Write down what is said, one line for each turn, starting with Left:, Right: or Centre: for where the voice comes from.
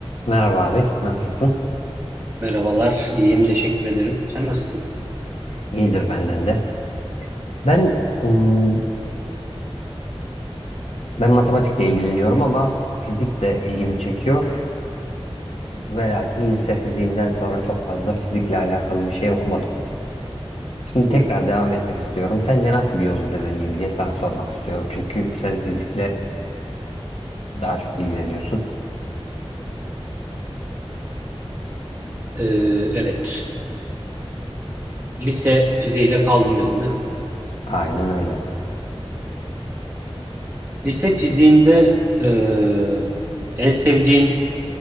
Left: Merhaba abi, nasılsın?
Right: Merhabalar, iyiyim, teşekkür ederim. Sen nasılsın?
Left: İyidir benden de. Ben ım, ben matematikle ilgileniyorum ama fizik de ilgimi çekiyor. Ve lakin lise fiziğinden sonra çok fazla fizikle alakalı bir şey okumadım. Şimdi tekrar
Right: Hmm,
Left: devam etmek istiyorum. Sence nasıl bir yol izlemeliyim diye sana sormak istiyorum. Çünkü sen fizikle daha çok ilgileniyorsun.
Right: ee, evet, lise fiziğiyle kaldım dedin değil mi?
Left: Aynen öyle.
Right: Lise fiziğinde ee, en sevdiğin